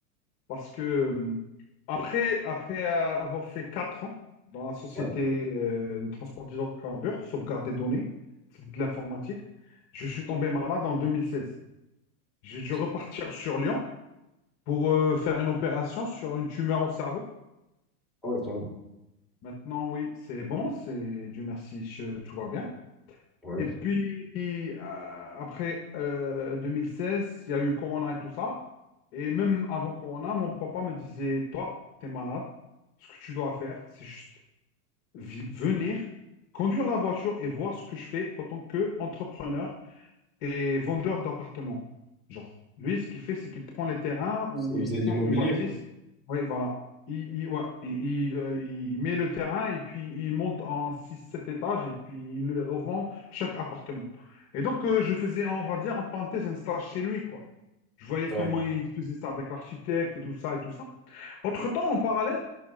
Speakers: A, on the left; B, in the centre.
A: parce que euh, après, après euh, avoir fait quatre ans dans la société
B: Ouais.
A: euh, de transport d'hydrocarbures, sauvegarde des données, c'est de l'informatique, je suis tombé malade en 2016. J'ai dû
B: ok.
A: repartir sur Lyon pour euh, faire une opération sur une tumeur au cerveau.
B: Ah ouais, quand même.
A: Maintenant, oui, c'est bon, c'est Dieu merci, je- tout va bien.
B: Ouais.
A: Et puis, euh, après euh, 2016, il y a eu Corona et tout ça. Et même avant Corona, mon papa me disait, toi, t'es malade, ce que tu dois faire, c'est juste vi- venir, conduire la voiture et voir ce que je fais en tant qu'entrepreneur et vendeur d'appartements. Genre, lui, ce qu'il fait, c'est qu'il prend les terrains ou
B: Il
A: il
B: faisait
A: prend
B: de l'immobilier.
A: une bâtisse. Oui, voilà. Il, il- ouais, il, il, euh, il met le terrain et puis il monte en six sept étages et puis il le revend chaque appartement. Et donc, euh, je faisais, on va dire, en parenthèse, un stage chez lui, quoi. Je voyais
B: Ouais.
A: comment il faisait ça avec l'architecte et tout ça et tout ça. Entre-temps, en parallèle,